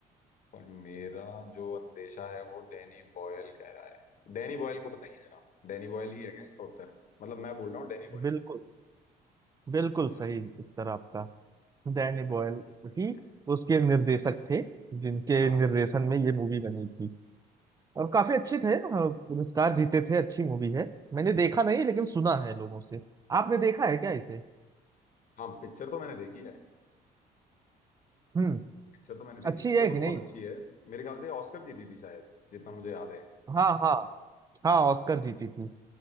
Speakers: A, on the left; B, on the right.
A: पर मेरा जो अंदेशा है वो डैनी बॉयल कह रहा है डैनी बॉयल को बताइए जरा डैनी बॉयल ही है क्या इसका उत्तर मतलब मैं बोल रहा हूँ डैनी बॉयल
B: बिल्कुल बिल्कुल
A: चलिए
B: सही उत्तर आपका डैनी बॉयल
A: मैंने सही उत्तर
B: ही
A: दिया है
B: उसके
A: हाँ
B: निर्देशक थे जिनके
A: हाँ।
B: निर्देशन में ये मूवी बनी थी और काफी अच्छे थे अ, पुरस्कार जीते थे अच्छी मूवी है मैंने देखा नहीं लेकिन सुना है लोगों से आपने देखा है क्या इसे
A: हाँ पिक्चर तो मैंने देखी है
B: हम्म
A: पिक्चर तो मैंने देखी
B: अच्छी
A: पिक्चर
B: है
A: तो
B: कि
A: बहुत
B: नहीं
A: अच्छी है मेरे ख्याल से ऑस्कर जीती थी शायद जितना मुझे याद है
B: हाँ हाँ हाँ ऑस्कर जीती थी